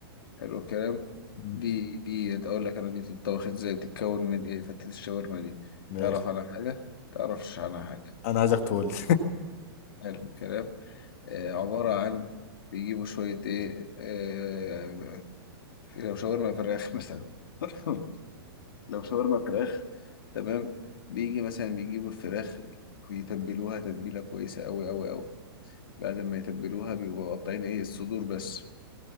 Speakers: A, on the left; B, on the left.
A: حلو الكلام
B: مم.
A: دي دي اقول لك انا دي بتتطبخ ازاي بتتكون من ايه فتة الشاورما دي
B: ماشي
A: تعرف عنها حاجة تعرفش عنها حاجة
B: انا عايزك تقول لي
A: حلو الكلام آه عبارة عن بيجيبوا شوية إيه آه، لو شاورما فراخ <laughs> مثلا <laughs> لو شاورما فراخ تمام بيجي مثلا بيجيبوا الفراخ بيتبلوها تتبيلة كويسة أوي أوي أوي بعد ما يتبلوها بيبقوا قاطعين إيه الصدور بس